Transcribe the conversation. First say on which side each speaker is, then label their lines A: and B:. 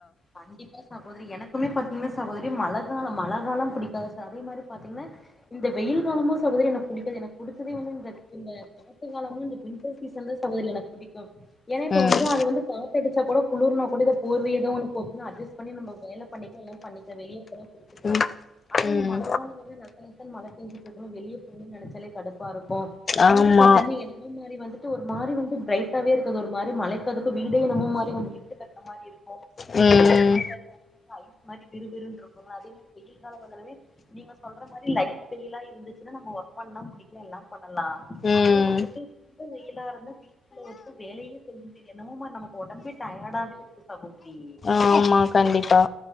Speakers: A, on the left; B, on the left.
A: கண்டிப்பா சகோதிரி எனக்குமே பாத்தீங்கன்னா சகோதிரி மழ காலம் மழக் காலம் புடிக்காது அதே மாரி பாத்திங்கன்னா இந்த வெயில் காலமும் சகோதரி எனக்கு புடிக்காது எனக்கு புடிச்சதே வந்து இந்த இந்த காத்துகாலமும் இந்த பிம்பிள் சிசனுந்தான் சகோதரி எனக்கு புடிக்கும் ஏன்னா இப்பவந்து
B: ம்
A: காத்து அடிச்சா கூட குளூர்னா கூட இந்தப் போர்வீயதான் ஒன்னு ஒப்னா அட்ஜஸ் பண்ணி நம்ம வேலை பண்ணிக்கலாம் எல்லாம் பண்ணிக்க வே வெயில் எடுத்துக்கலாம்
B: ம்
A: அதே
B: ம்
A: இந்த மழை காலம் வந்து நச நசன்னு மழை பெஞ்சிற்றிருக்கும் போது வெளிய போனுன்னு நெனைச்சாலே கடுப்பாருக்கும் ப்போம்
B: ஆமா
A: வீடு பாத்தீங்கன்னா என்மோ மாதிரி வந்துட்டு ஒரு மாரி வந் பிரைடட்டாவே இருக்கது ஒரு மாரி மழைக் அதுக்கு வீடே என்னமோ மாரி கொஞ்சம் இருட்டு கட்டின மாரி இருக்கும்
B: ம்
A: தரைல கால் வச்சாவே எனக்கு ஐஸ் மாரி விறுவிறுன்னு இருக்குங்களா அதே மாரி வெயில் கால வந்தாலுமே நீங்க சொல்ற மாரி லைட் வெயில்லா இருந்துச்சுன்னா நம்ம ஒர்க் பண்ணலா முடியும் எல்லாம் பண்ணலா
B: ம்
A: அதே வந்துட்டு ரொம்ப வெயிலா இருந்தா பீச்ல வச்சா வேலையே செஞ்ச என்னமோ மாரி நமக்கு உடம்பே டயர்டாவே இருக்கு சகோதரி
B: ஆமா கண்டிப்பா